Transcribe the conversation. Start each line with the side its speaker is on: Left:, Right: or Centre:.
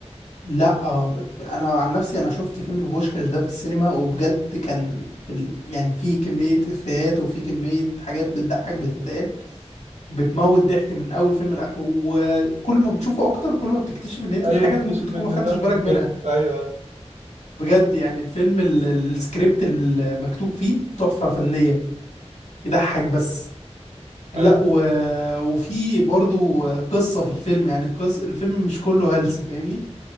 Left: لا آه، انا عن نفسي انا شفت فيلم بوشكاش ده في السينما وبجد كان في ال... يعني في كميه افيهات وفي كميه حاجات بتضحك بتتقال بتموت ضحك من اول فيلم لاخره وكل ما بتشوفه اكتر كل ما بتكتشف ان انت
Right: ايوه
Left: في حاجات
Right: تكتشف
Left: ممكن تكون
Right: ان
Left: ما خدتش
Right: ضحكه
Left: بالك منها
Right: جامد ايوه
Left: بجد يعني الفيلم ال- ال- السكريبت المكتوب فيه تحفة فنية يضحك بس لا
Right: ايوه
Left: و... وفي برضو قصة في الفيلم يعني قص... الفيلم مش كله هلس فاهمني